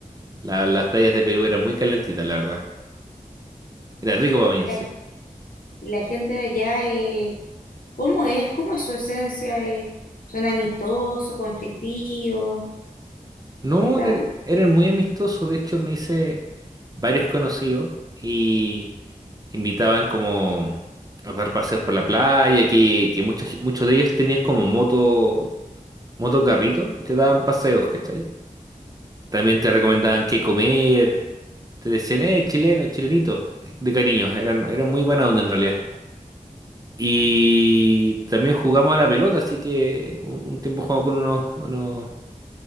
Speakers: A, on the right; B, on the left.
A: la- las playas de Perú eran muy calentitas, la verdad. Era rico para bañarse.
B: Ay, ¿y la gente de allá, eh, ¿cómo es? ¿Cómo es su esencia? eh? ¿son amistosos, conflictivos?
A: No,
B: ¿Qué tal?
A: eran, eran muy amistosos, de hecho me hice varios conocidos y invitaban como a dar paseos por la playa, que, que muchos, muchos de ellos tenían como moto, motocarrito y te daban paseos, ¿cachai? También te recomendaban qué comer, te decían, eh, chileno, chilenito, de cariño, eran, eran muy buena onda en realidad. Y también jugamos a la pelota, así que un, un tiempo jugamos con unos, unos